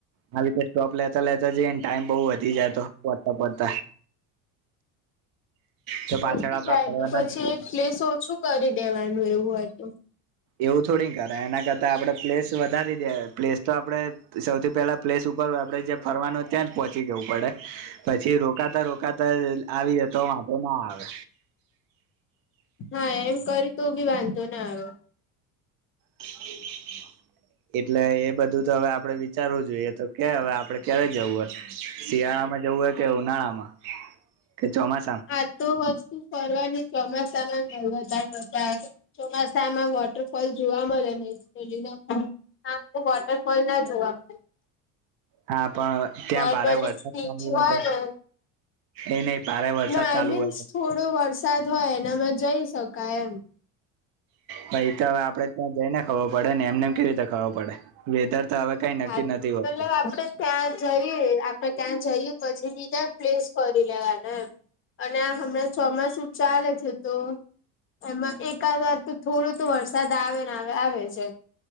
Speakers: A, on the right (about 65°); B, on the left (about 35°).
A: આવી રીતે. સ્ટોપ લેતા લેતા જઈને ટાઈમ બહુ વધી જાતો પોચતા પોચતા. તો
B: વધી
A: પાછળ આપડા
B: જાય
A: ફરવાના
B: તો પછી એક પ્લેસ ઓછું કરી દેવાનું એવું હોય તો.
A: એવું થોડી ને કરાય એના કરતા આપડે પ્લેસ વધારી દેવાય પ્લેસ તો આપડે સૌથી પહેલા. પ્લેસ ઉપર આપડે જ્યાં ફરવાનું ત્યાં જ પહોચી જવું પડે. પછી રોકાતા રોકાતા આવીએ તો વાતો ના આવે.
B: હા એમ કરી તો બી વાંધો ના આવે.
A: <unintelligible> એટલે એ બધું તો હવે આપડે વિચારવું જોઈએ તો કે હવે આપડે ક્યારે જવું હે શિયાળામાં જવું હે. કે ઉનાળામાં કે ચોમાસામાં.
B: હા તો વધુ ફરવા ની ચોમાસામાં વધારે મજા આવે છે. ચોમાસામાં વોટરફોલ જોવા મળે નેે લીના. આ તો વોટરફોલ ના જોવા મળે.
A: હા પણ. ત્યાં
B: નોર્મલી
A: ભારે વરસાદ
B: સીટી
A: ચાલુ
B: હોય
A: તો
B: ને.
A: એ નહી ભારે વરસાદ
B: ના આઈ
A: ચાલુ
B: મીન્સ
A: હોય તો
B: થોડો વરસાદ હોય એનામાં જઈ શકાય એમ.
A: ભાઈ તો હવે આપડે ત્યાં જઈ ને ખબર પડેને એમનેમ કેવી રીતે ખબર પડે વેધર તો હવે. કઈ નક્કી
B: હા
A: નથી હોતું
B: પેલો આપડે. ત્યાં જઈએ આપણે ત્યાં જઈએ પછી બીજા પ્લેસ ફરી લેવાના. અને આ હમણાં ચોમાસું ચાલે છે તો. એમાં એકાદ વાર તો થોડો તો વરસાદ આવે ને આવે આવે છે